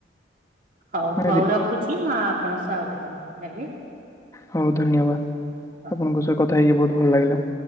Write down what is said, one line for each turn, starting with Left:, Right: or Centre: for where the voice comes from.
Right: ହଉ
Left: ହୁଁ
Right: ହଉ
Left: ଆରେ
Right: ର ରଖୁଚି। ମୁଁ ଆପଣଙ୍କ ସହ ଆଉ କେତେବେଳେ କଥା ହେବି।
Left: ହଉ ଧନ୍ୟବାଦ।
Right: ହଉ।
Left: ଆପଣଙ୍କ ସହ କଥା ହେଇକି ବହୁତ ଭଲ ଲାଗିଲା।